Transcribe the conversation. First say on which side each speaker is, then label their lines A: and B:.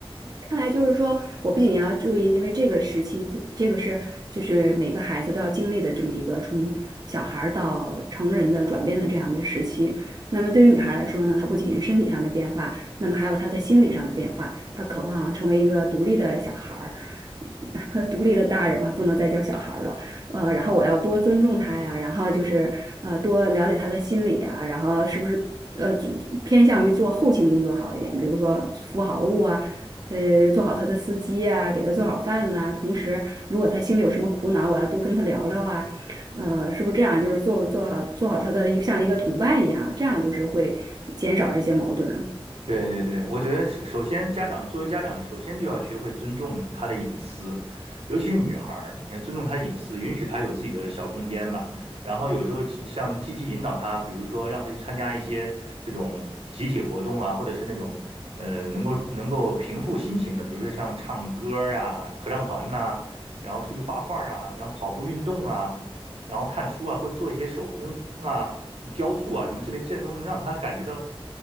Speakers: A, on the right (about 40°); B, on the right (about 85°).
A: 看来就是说，我不仅要注意，因为这个时期，这这个是就是每个孩子都要经历的这么一个从小孩儿到成人的转变的这样的一个时期。那么对于女孩来说呢，她不仅是身体上的变化，那么还有她的心理上的变化，她渴望成为一个独立的小孩儿，<laughs> 独立的大人吧，不能再叫小孩儿了。呃，然后我要多尊重他呀，然后就是呃多了解他的心理啊，然后是不是呃做偏向于做后勤工作好一点，比如说服好务啊，呃做好他的司机啊，给他做好饭呐、同时，如果他心里有什么苦恼，我要多跟他聊聊啊，呃，是不是这样？就是做做好做好他的一像一个同伴一样，这样就是会减少这些矛盾。
B: 对对对，我觉得是首先家长作为家长，首先就要学会尊重她的隐私，尤其是女孩儿，你要尊重她的隐私，允许她有自己的小空间吧。然后有时候积像积极引导她，比如说让她去参加一些这种集体活动啊，或者是那种呃能够能够平复心情的，比如说像唱歌儿啊、合唱团呐、然后出去画画儿啊，然后跑步运动啊，然后看书啊，或者做一些手工啊。雕塑啊什么之类，这些种能让他感觉到